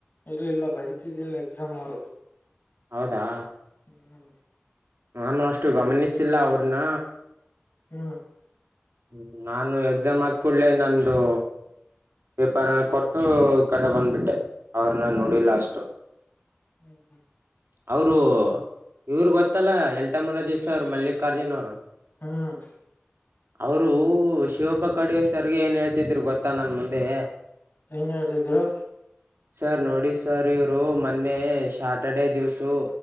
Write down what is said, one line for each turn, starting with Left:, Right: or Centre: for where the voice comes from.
Left: ಇಲ್ಲ ಇಲ್ಲ ಬರಿತಿದ್ದಿಲ್ಲ ಎಕ್ಸಾಮ್ ಅವರು.
Right: ಹೌದಾ
Left: ಹುಂ
Right: ನಾನು ಅಷ್ಟು ಗಮನಿಸಿಲ್ಲಾ ಅವ್ರನ್ನ
Left: ಹುಂ
Right: ಹುಂ ನಾನು ಎಕ್ಸಾಮ್ ಆದ್ ಕೂಡ್ಲೆ ನಂದು ಪೆಪರನ ಕೊಟ್ಟು ಈ ಕಡೆ ಬಂದ್ಬಿಟ್ಟೆ ಅವ್ರನ್ನ ನೋಡಿ ಲಾಸ್ಟ್
Left: ಹುಂ ಹುಂ
Right: ಅವರು ಇವ್ರ ಗೊತ್ತಲ್ಲಾ ಎಂಟಮಲಜಿಸ್ಟ್ ಅವರು ಮಲ್ಲಿಕಾರ್ಜುನ ಅವರು.
Left: ಹುಂ
Right: ಅವರು ಶಿವಪ್ಪ ಕಡ್ ಸರ್ ಗೆ ಏನ್ ಹೇಳ್ತಿದ್ರು ಗೊತ್ತಾ ತ್ತ ನನ್ ಮುಂದೆ.
Left: ಹೆಂಗ ಹೇಳ್ತಿದ್ರು
Right: ಸರ್ ನೋಡಿ ಸರ್ ಇವರು ಮೊನ್ನೆ ಶ್ಯಾರ್ಟ ಡೇ ದಿವಸು